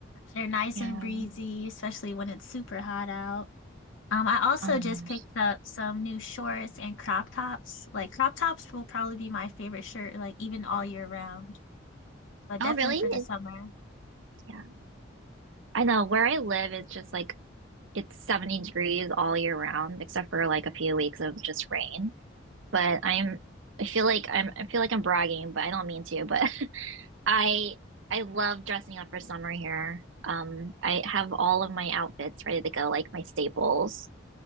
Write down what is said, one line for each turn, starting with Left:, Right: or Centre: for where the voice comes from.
Left: They're nice
Right: yeah.
Left: and breezy, especially when it's super hot out. Um, I also
Right: Oh my
Left: just
Right: gosh.
Left: picked up some new shorts and crop tops. Like, crop tops will probably be my favorite shirt, like, even all year round, but
Right: Oh,
Left: definitely
Right: really?
Left: for the
Right: It,
Left: summer.
Right: yeah. I know where I live is just like it's 70 degrees all year round, except for like a few weeks of just rain. But I'm I feel like I'm I feel like I'm bragging, but I don't mean to, but <laughs> I I love dressing up for summer here. Um, I have all of my outfits ready to go, like my staples,